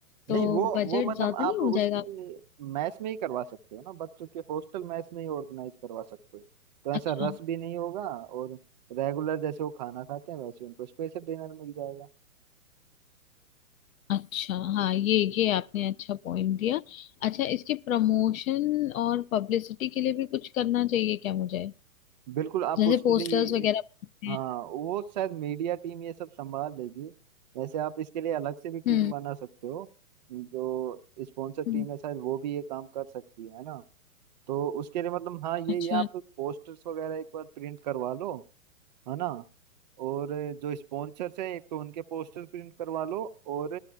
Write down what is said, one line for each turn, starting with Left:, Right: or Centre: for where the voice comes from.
Left: तो
Right: नहीं वो
Left: बजट
Right: वो मतलब
Left: ज्यादा
Right: आप
Left: नहीं हो
Right: उसकी
Left: जाएगा
Right: मैच में ही करवा सकते हो ना बच्चों के हॉस्टल मैच में ही ऑर्गेनाइज करवा सकते हो तो ऐसा
Left: अच्छा
Right: रस भी नहीं होगा और रेगुलर जैसे वो खाना खाते हैं वैसे उनको स्पेशल डिनर मिल जाएगा
Left: अच्छा हाँ ये ये आपने अच्छा पॉइंट दिया अच्छा इसके प्रमोशन और पब्लिसिटी के लिए भी कुछ करना चाहिए क्या मुझे
Right: बिल्कुल आप
Left: जैसे
Right: उसके
Left: पोस्टर्स
Right: लिए भी
Left: वगैरह
Right: एक
Left: बनाते
Right: हाँ
Left: हैं
Right: वो शायद मीडिया टीम ये सब संभाल लेगी वैसे आप इसके लिए अलग से भी टीम
Left: हम्म
Right: बना सकते हो जो स्पॉन्सर
Left: हम्म,
Right: टीम है शायद वो भी ये काम कर सकती है है ना तो उसके लिए मतलब हाँ ये
Left: अच्छा
Right: ये आप पोस्टर्स वगैरह एक बार प्रिंट करवा लो है ना और जो स्पॉन्सर्स हैं एक तो उनके पोस्टर प्रिंट करवा लो और